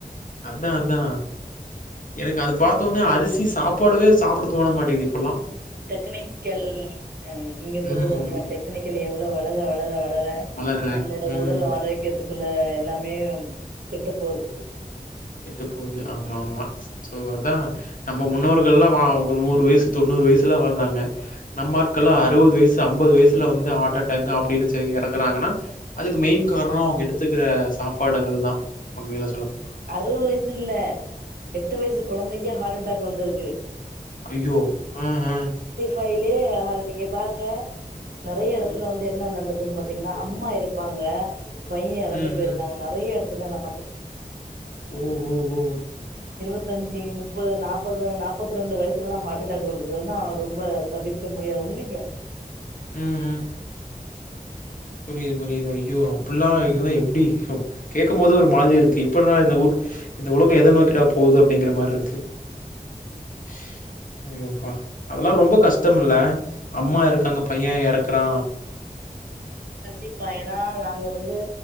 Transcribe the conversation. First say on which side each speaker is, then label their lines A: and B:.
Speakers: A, on the left; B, on the right.
A: அதா அதா எனக்கு அது பாத்ஓடனே அரிசி சாப்பாடவே சாப்ட தோண மாட்டேது இப்பெல்லா
B: டெக்னிக்கல் நீங்க சொல்றது
A: ம்.
B: ஒண்ணு டெக்னிக்கல் எவ்ளோ வளர வளர வளர
A: வளரல.
B: நம்மளோட
A: ம்.
B: உடல் ஆரோக்கியத்துக்குள்ள எல்லாமே கெட்டு போது
A: கெட்டு போகுது ஆமா ஆமா சோ அதான் நம்ம முன்னோர்க்கு ல்ல நூறு வயசு தொண்ணூறு வயசுல்லா வாழ்ந்தாங்க நம்ம ஆட்கள்லா அறுபது வயசு ஐம்பது வயசுல வந்து ஹார்ட் அட்டாக் அப்படின்னு இறக்குறாங்கன்னா அதுக்கு மெயின் காரண அவங்க எடுத்துக்கிற சாப்பாடுகள் தா உண்மையில சொல்லப்போண
B: அறுபது வயசு இல்ல எட்டு வயசு குழந்தைக்கே ஹார்ட் அட்டாக் வந்திருக்கு
A: அயோ ம் ம்
B: மொபைல்லயே அத நீங்க பாருங்க நிறைய
A: ம்.
B: இடத்துல வந்து என்ன நடக் ஒன்னு பாத்தீங்கன்னா அம்மா இருப்பாங்க பையன் இறந்து
A: ம்.
B: போயிருக்காங்க
A: ம்.
B: நிறைய இடத்துல நா பாத்திருக்கே
A: ஓ ஓ ஓ
B: இருபத்தஞ்சு முப் முப்பது நாற்பது நற்பதுரெண்டு வயசுலலாம் ஹார்ட் அட்டாக் வருதுன்னா ரொம்ப தவிர்க்க முடியாது உண்மைக்கு
A: ம் ம் புரிது புரிது ஐயோ அப்படில்லா இது எப்படி கேட்கு போது ஒரு மாதிரி இருக்கு எப்பர இந்த இந்த உலகம் எதை நோக்கிடா போகுது அப்படிங்கிற மாதிரி இருக்கு <inaudible> ஐப்பா அதெல்லா ரொம்ப கஷ்டம் இல்ல அம்மா இருக்காங்க பையன் இறக்குறா
B: கண்டிப்பா ஏன்னா நாங்க வந்து